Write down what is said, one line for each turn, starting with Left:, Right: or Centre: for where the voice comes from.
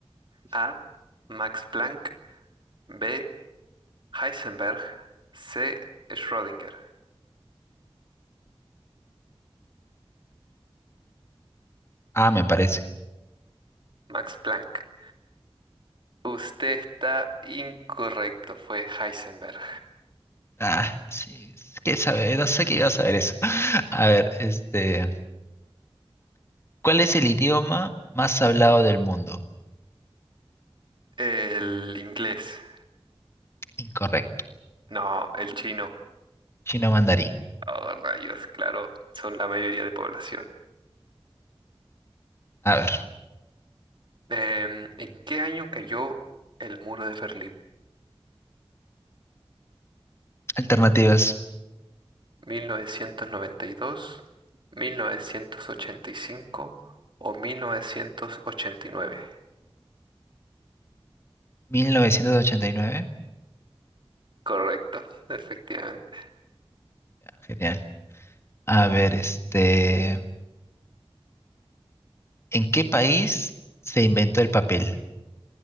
Right: A. Max Planck, B. Heisenberg, C. Schrödinger.
Left: Ah, me parece.
Right: Max Planck. Usted está incorrecto, fue Heisenberg.
Left: Ah, sí. ¿Qué sabe? No sé qué iba a saber eso. <laughs> A ver, este. ¿Cuál es el idioma más hablado del mundo?
Right: El inglés.
Left: Incorrecto.
Right: No, el chino.
Left: Chino mandarín.
Right: Oh, rayos, claro, son la mayoría de población.
Left: A ver,
Right: Em, ¿en qué año cayó el muro de Berlín?
Left: alternativas.
Right: 1992, 1985 o 1989.
Left: 1989.
Right: Correcto, efectivamente.
Left: Ah, Genial. A ver, este. ¿En qué país se inventó el papel?